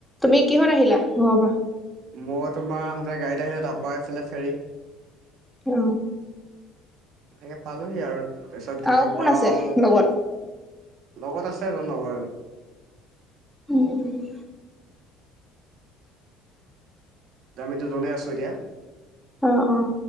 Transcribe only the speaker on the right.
মই তোমাৰ আহোতে গাড়ীত আহিলোঁ, তাৰপৰা এইফালে ফেৰী।
এ পালোঁহি আৰু তাৰপিছত
ঘাটৰ
পৰা
আ
লগত আছে এজন লগৰ এজন।
আমি দুজনেই আছোঁ এতিয়া।